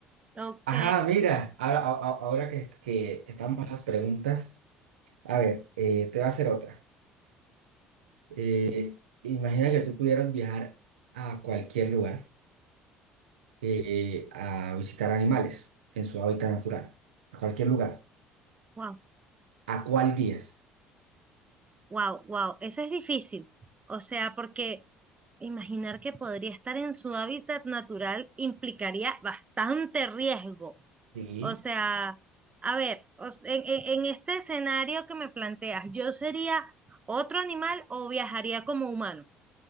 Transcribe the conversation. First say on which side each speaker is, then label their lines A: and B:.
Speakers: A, on the right; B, on the right.
A: Ok,
B: Ajá, mira, ahora, a- a- ahora que, que estamos en las preguntas, a ver, eh, te voy a hacer otra. Eh, imagina que tú pudieras viajar a cualquier lugar eh, a visitar animales en su hábitat natural, a cualquier lugar.
A: wow.
B: ¿A cuál días?
A: Wow, wow, eso es difícil. O sea, porque imaginar que podría estar en su hábitat natural implicaría bastante riesgo.
B: Sí.
A: O sea, a ver, o s- en, en- en este escenario que me planteas, ¿yo sería otro animal o viajaría como humano?